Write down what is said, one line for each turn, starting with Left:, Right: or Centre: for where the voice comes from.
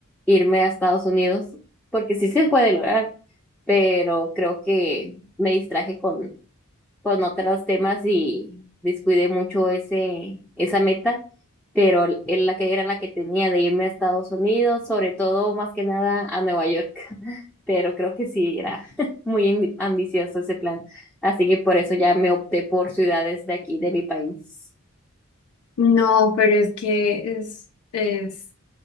Centre: irme a Estados Unidos, porque sí se puede lograr, pero creo que me distraje con, con otros temas y descuidé mucho ese, esa meta, pero es la que era la que tenía de irme a Estados Unidos, sobre todo más que nada a Nueva York, <laughs> pero creo que sí era <laughs> muy ambi- ambicioso ese plan, así que por eso ya me opté por ciudades de aquí, de mi país.
Left: No, pero es que es, es,